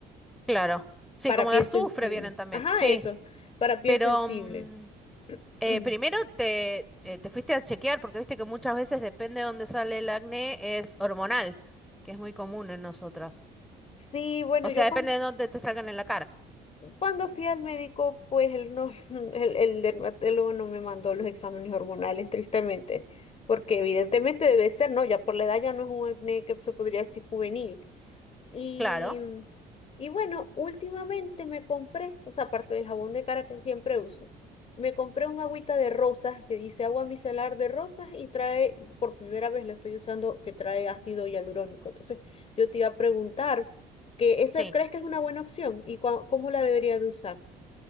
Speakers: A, in the centre; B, on the left.
A: claro. Sí,
B: Para
A: como
B: piel
A: de azufre
B: sensible.
A: vienen también.
B: Ajá,
A: Sí,
B: eso. Para piel
A: pero
B: sensible.
A: mm, eh,
B: <clears throat>
A: primero te, eh, te fuiste a chequear porque viste que muchas veces depende de dónde sale el acné, es hormonal, que es muy común en nosotras.
B: Sí, bueno,
A: O
B: yo
A: sea,
B: cuando,
A: depende de dónde te salgan en la cara.
B: cuando fui al médico, pues él no, <laughs> el, el dermatólogo no me mandó los exámenes hormonales, tristemente, porque evidentemente debe ser, ¿no? Ya por la edad ya no es un acné que se podría decir juvenil. Y,
A: Claro,
B: y bueno, últimamente me compré, o sea, aparte del jabón de cara que siempre uso, me compré un agüita de rosas que dice agua micelar de rosas y trae, por primera vez la estoy usando, que trae ácido hialurónico. Entonces, yo te iba a preguntar que ese
A: sí.
B: ¿crees que es una buena opción? ¿Y cua- cómo la debería de usar?